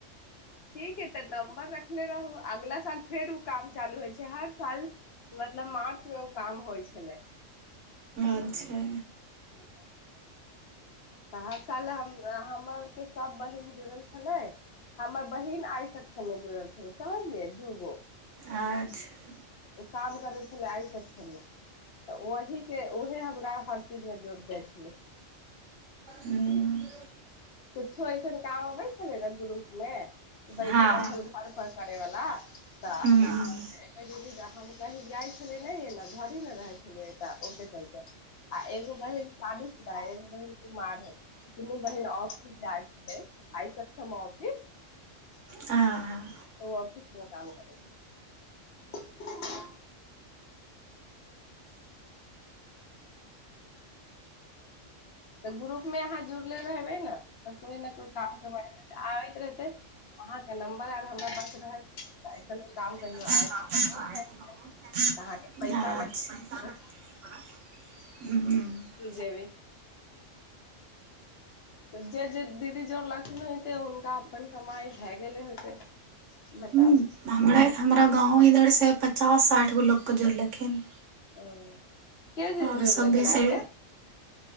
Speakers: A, on the left; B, on the right.
A: ठीक है तऽ नम्बर रखले रहू अगला साल फेर ओ काम चालू होइ छै हर साल मतलब मार्च मे ओ काम होइ छलै
B: अच्छा
A: आ तऽ हर साल हम हमर के सभ बहिीन जुड़ल छलै हमर बहिीन आइ सक्षममे जुड़ल छलै समझलियै दू गो
B: अच्छा
A: ओ काम करै छलै आइसँ छलै तऽ ओहके ओहे हमरा हर चीजमे जोड़ जाइ छलै
B: हूँ
A: कुछो अऐसन काम अबै छलै ने ग्रुप मे बैठल
B: हँ
A: बैठल घर परर करै वाल तऽ
B: हूँ हूँ
A: कह जाइ छलिय नहि ने घर मे रहै छलियै तऽ ओके चलते आ एगो बहिन सादुस एगो बहिन कुमार है दुनू बहिन इै आइ सकथि मफिस
B: हँ
A: ओ ऑफिस मे काम कर छै तऽ ग्रुप मे अहाँ जुड़ले रहबै ने तऽ कोइ ने कोइ काज आबैत रहतै अहाँके नम्बर आर हमरा पास रहत ऐसन भ काम कहियो
B: अच्छा
A: आयत तऽ हमहूँ भेज देब तऽ अहाँके पैसा नहि
B: ह
A: पड़त, जेमे तऽ जे जे दीदी जोर लख्मी होतै हुनका अपन कमाइ भए गेलै होतै बताबू
B: हूँ हमरा हमरा गाँव इधरसँ पचास साठि गो लोकके जोड़लखिन
A: ओ क दीदी
B: आओर
A: जोरलखिन
B: सभे से
A: आहाँके